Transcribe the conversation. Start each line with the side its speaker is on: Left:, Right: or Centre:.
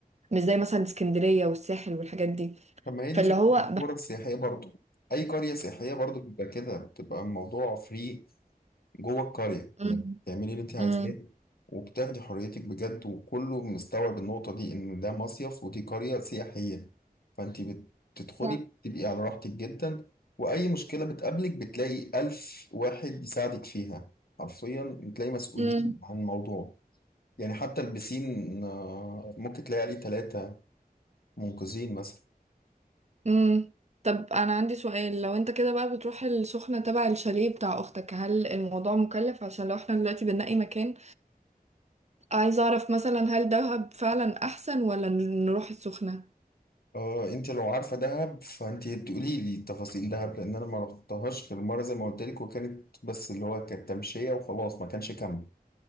Right: مش زي مثلا اسكندريه والساحل والحاجات دي
Left: طب ما هي دي
Right: فاللي
Left: فكرة
Right: هو
Left: القرى السياحية برضو أي قرية سياحية برضو بيبقى كده بتبقى الموضوع فري جوه القرية
Right: بحس
Left: يعني تعملي اللي انت عايزاه
Right: امم
Left: وبتاخدي حريتك بجد وكله مستوعب النقطة دي إن ده مصيف ودي قرية سياحية فانت بتدخلي
Right: صح
Left: بتبقي على راحتك جدا وأي مشكلة بتقابلك بتلاقي ألف واحد يساعدك فيها حرفيا بتلاقي مسؤولين
Right: امم
Left: عن الموضوع يعني حتى البسين آه، ممكن تلاقي عليه ثلاثة منقذين مثلا
Right: امم طب انا عندي سؤال لو انت كده بقى بتروح السخنة تبع الشاليه بتاع اختك هل الموضوع مكلف عشان لو احنا دلوقتي بنلاقي مكان عايزة اعرف مثلا هل دهب فعلا احسن ولا نروح السخنة
Left: اه انت لو عارفه دهب فانت تقولي لي تفاصيل دهب لان انا ما رحتهاش غير مره زي ما قلت لك وكانت بس اللي هو كانت تمشيه وخلاص ما كانش كامب